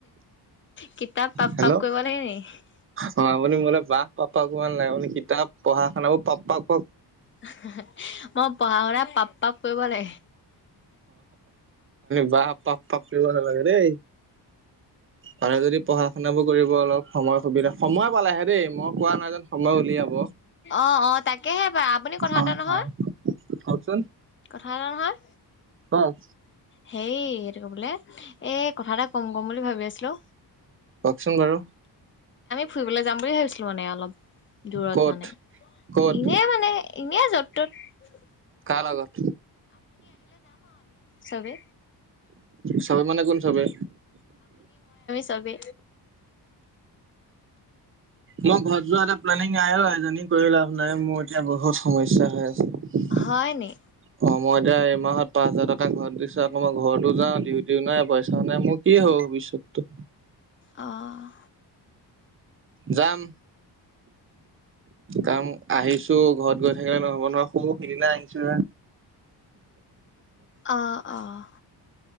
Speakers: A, on the left (about 30°); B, on the right (about 30°).
A: কিতাপ পাপ -
B: হেল্ল'
A: পাপ কৰিব লাগে নেকি।
B: অ, আপুনি মোলৈ বাঁহ পাপ - পাপ কৰিব নালাগে আপুনি কিতাপ পঢ়া শুনাৰ পাপ্পাক
A: <unintelligible> পঢ়া শুনা পাপ - পাপ কৰিব লাগে।
B: বাঁহ পাপ - পাপ পিব নালাগে দেই। পাৰে যদি পঢ়া শুনাবোৰ কৰিব অলপ সময় সুবিধা সময় পালেহে দেই মই কোৱা নাই যেন সময় উলিয়াব।
A: অ - অ তাকেহে বা আপুনি কথা
B: অ
A: এটা নহয়।
B: অ কওকচোন
A: ভাল নহয়।
B: কওক।
A: হেই এইটো কোবোলে এই কথা এটা কম ক'ম বুলি ভাবি আছিলো।
B: চোন বাৰু।
A: ফুৰিব যাম বুলি ভাবিছিলো মানে অলপ দূৰত
B: ক'ত
A: মানে
B: ক'ত
A: এনে মানে এনে য'ত ত'ত
B: কাৰ লগত
A: চবে।
B: চাব মানে কোন চবে।
A: চবে।
B: মই ঘৰত যোৱা এটা প্লেনিং আয়ো আৰু এজনী কৰিলো আৰু। নাই মোৰ এতিয়া বহুত সমস্যা হৈ আছে অ,
A: হয় নি
B: মই এতিয়া এই মাহত পাচ হাজাৰ টকা ঘৰত দিছো আকৌ মই ঘৰতো যা ডিউটিও নাই পইচাও নাই মোৰ কি হব বুলি। সত্য
A: অ',
B: যাম। কাম আহিছো ঘৰত গৈ থাকিলে নহব নহয় সহ সেইদিনা আনিছো।
A: অহ - অহ।